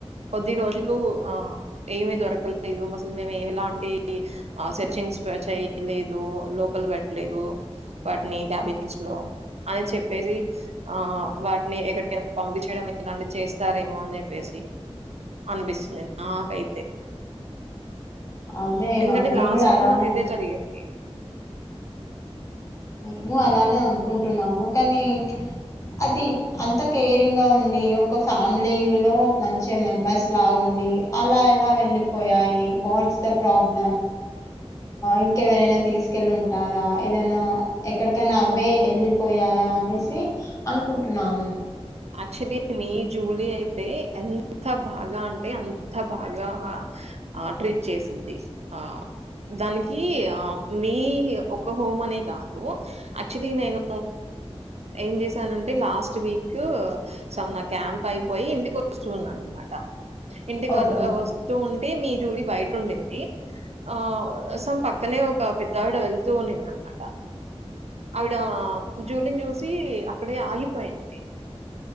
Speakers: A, on the right (about 80°); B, on the left (about 30°).
A: కొద్ది రోజులు ఆ ఏమి దొరకలేదు అసలు మేముమిలాంటి సెర్చింగ్స్ చేయలేదు లోపల పెట్టలేదు వాటిని క్యాబిన్స్ లో అని చెప్పేసి ఆ వాటిని ఎక్కడికైనా పంపిచేయడం ఎలాంటి చేస్తారు డేమో అని జెప్పేసి అనిపిస్తుంది నాకైతే
B: అదే
A: ఎందుకంటే
B: మ్యామ్ మేము
A: లాస్ట్
B: కూడా అలానే
A: మంత్ ఇదే జరిగింది
B: మేము అలానే అనుకుంటున్నాము కానీ అది అంత కేరింగ్ గా ఉండి ఒక ఫ్యామిలీలో మంచి మెంబర్స్ లాగా ఉండి అలా ఎలా వెళ్ళిపోయాయి వాట్స్ ద ప్రాబ్లం ఇంకెవరైనా తీసుకెళ్ళు అంటారా ఏదైనా ఎక్కడికైనా అవే ఎళ్ళిపోయాయా అనేసి అనుకుంటున్నాము
A: యాక్చువలీ మీ జూలీ అయితే ఎంత బాగా అంటే అంత బాగా ట్రీట్ చేసింది ఆ దానికి ఆ మీ ఒక హోమ్ అనే కాదు యాక్చువలీ నేను ఏం చేశానంటే లాస్ట్ వీక్ కు అసలు నా క్యాంప్ అయిపోయి ఇంటికి వస్తున్న అన్మాట ఇంటికి
B: ఓకే మ్యామ్
A: వస్తు ఉ తే మీ జూలి బయటుండింది ఆ సమ్ పక్కనే ఒక పెద్ద ఆవిడ వెళ్తూ ఉండిది అన్మాట ఆవిడ జూలిని చూసి అక్కడే ఆగిపోయింది